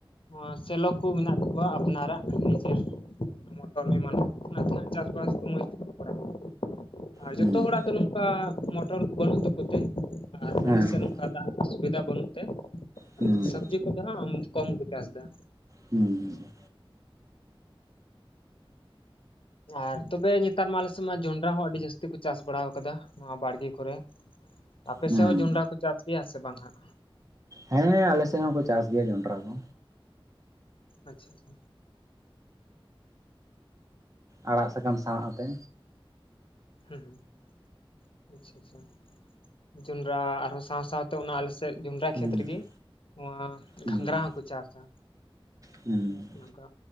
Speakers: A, on the left; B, on the right.
A: ᱱᱚᱣᱟ ᱥᱮᱞᱚ ᱠᱚ ᱢᱮᱱᱟᱜ ᱛᱟᱠᱚᱣᱟ ᱟᱯᱱᱟᱨᱟᱜ ᱱᱤᱡᱮᱨ ᱢᱚᱴᱚᱨ ᱮᱢᱟᱱ ᱠᱚ ᱚᱱᱟ ᱛᱟᱱᱟᱜ ᱪᱟᱥᱵᱟᱥ ᱢᱚᱡᱽ ᱛᱮᱠᱚ ᱠᱚᱨᱟᱣᱟ ᱟᱨ
B: ᱦᱩᱸ
A: ᱡᱚᱛᱚ ᱦᱚᱲᱟᱜ ᱱᱚᱝᱠᱟ ᱢᱚᱴᱚᱨ ᱠᱚ ᱵᱟᱹᱱᱩᱜ ᱛᱟᱠᱚ ᱛᱮ ᱟᱨ
B: ᱦᱮᱸ
A: ᱢᱟᱱᱮ ᱥᱮᱜ ᱱᱚᱝᱠᱟ ᱫᱟᱜᱽ ᱥᱩᱵᱤᱫᱟ ᱵᱟᱹᱱᱩᱜ ᱛᱮ
B: ᱦᱩᱸ
A: ᱢᱟᱱᱮ ᱥᱚᱵᱽᱡᱤ ᱚᱱᱠᱩ ᱫᱚ ᱦᱟᱸᱜ ᱠᱚᱢ ᱠᱚ ᱪᱟᱥ ᱫᱟ᱾
B: ᱦᱩᱸ ᱦᱩᱸ ᱦᱩᱸ᱾
A: ᱟᱨ ᱛᱚᱵᱮ ᱱᱮᱛᱟᱨ ᱢᱟ ᱟᱞᱮ ᱥᱮᱫ ᱢᱟ ᱡᱚᱱᱰᱨᱟ ᱦᱚᱸ ᱟᱹᱰᱤ ᱡᱟᱹᱥᱛᱤ ᱠᱚ ᱪᱟᱥ ᱵᱟᱲᱟᱣ ᱠᱟᱫᱟ ᱱᱚᱣᱟ ᱵᱟᱲᱜᱮ ᱠᱚᱨᱮ, ᱟᱯᱮ
B: ᱦᱩᱸ
A: ᱥᱮᱜ ᱦᱚᱸ ᱡᱚᱱᱰᱨᱟ ᱠᱚ ᱪᱟᱥ ᱜᱮᱭᱟ ᱥᱮ ᱵᱟᱝ ᱦᱟᱸᱜ?
B: ᱦᱮᱸ ᱟᱞᱮᱥᱮᱜ ᱦᱚᱸᱠᱚ ᱪᱟᱥ ᱜᱮᱭᱟ ᱡᱚᱱᱰᱨᱟ ᱠᱚ᱾
A: ᱟᱪᱪᱷᱟ ᱟᱪᱪᱷᱟ᱾
B: ᱟᱲᱟᱜ ᱥᱟᱠᱟᱢ ᱥᱟᱶ ᱟᱛᱮ
A: ᱦᱩᱸ ᱦᱩᱸ ᱟᱪᱪᱷᱟ ᱟᱪᱪᱷᱟ, ᱡᱚᱸᱱᱰᱨᱟ ᱟᱨᱦᱚᱸ ᱥᱟᱶ ᱼᱥᱟᱶᱛᱮ ᱚᱱᱟ ᱟᱞᱮ ᱥᱮ ᱡᱚᱸᱱᱰᱨᱟ
B: ᱦᱩᱸ
A: ᱠᱷᱮᱛ ᱨᱮᱜᱤ ᱱᱚᱣᱟ
B: ᱦᱩᱸ
A: ᱜᱷᱟᱸᱜᱽᱨᱟ ᱦᱚᱸ ᱠᱚ ᱪᱟᱥᱟ᱾
B: ᱦᱩᱸ
A: ᱱᱚᱝᱠᱟ,